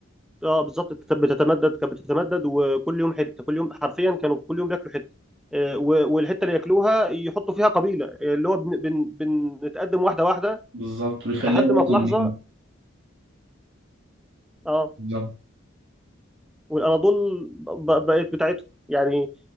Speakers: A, in the centre; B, on the right.
A: اه بالظبط بت- بتتمدد كانت بتتمدد وكل يوم حته كل يوم حرفيا كانوا كل يوم بياكلوا حته آه، و- والحته اللي ياكلوها يحطوا فيها قبيله آه، اللي هو بن بن بنتقدم واحده واحده
B: بالظبط بيخليها
A: لحد
B: وطن
A: ما في لحظه
B: ليه
A: اه
B: بالظبط
A: والاناضول ب- ب- بقت بتاعتهم يعني